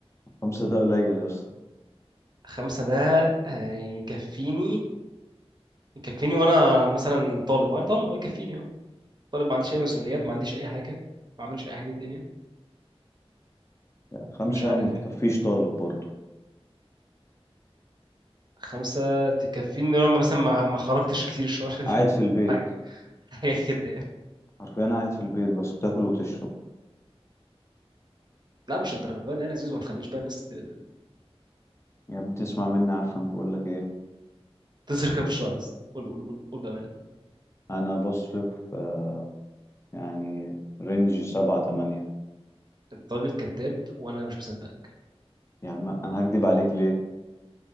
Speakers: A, on the left; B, on the right.
A: خمسة ده قليل يا اسطى
B: خمسة ده هيكفيني يكفيني وانا مثلا طالب أه، انا طالب هو يكفيني اه طالب ما عنديش اي مسؤوليات ما عنديش اي حاجه ما بعملش اي حاجه في الدنيا
A: خمسة
B: مش عارف
A: ما تكفيش
B: يعني
A: طالب برضه
B: خمسه تكفيني لما مثلا ما ما خرجتش كتير الشهر ده
A: قاعد في البيت
B: <laughs> حاجه حاجه كده يعني
A: حرفيا قاعد في البيت بس بتاكل وتشرب
B: لا مش الدرجه دي يعني يا زيزو ما تخلينيش بقى الناس ت-
A: يا ابني تسمع مني عارف انا بقول لك ايه
B: تصرف كام في الشهر بس قول قول قول قول بامانه
A: انا بصرف آه يعني رينج سبعة تمانية
B: انت راجل كذاب وانا مش مصدقك
A: يعني ما انا هكدب عليك ليه